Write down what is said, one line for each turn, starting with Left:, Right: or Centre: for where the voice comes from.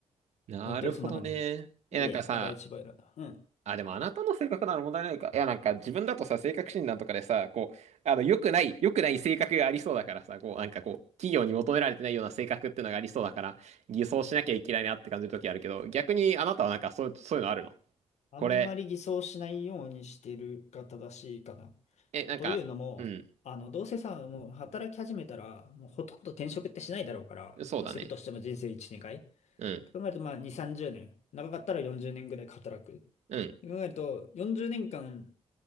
Right: なるほどね。
Left: 本当にそんな感じ。
Right: え、
Left: で、
Right: なんかさ、
Left: もう第一番選んだ。うん。
Right: あ、でもあなたの性格なら問題ないか。いや、なんか自分だとさ、性格診断とかでさ、こう、あの、良くない、良くない性格がありそうだからさ、こう、なんかこう、企業に求められてないような性格っていうのがありそうだから、偽装しなきゃいけないなって感じる時あるけど、逆にあなたはなんかそういう、そういうのあるの
Left: あんまり偽装しないようにしてるが正しいかな。
Right: これ、え、なんか、
Left: というのも、
Right: うん、
Left: あの、どうせさ、もう働き始めたら、もうほとんど転職ってしないだろうから、
Right: そうだね。
Left: まあ、するとしても人生1、年回。
Right: うん、
Left: と考えると、まあ、2、30年。長かったら40年ぐらい働く。
Right: うん。
Left: と考えると、40年間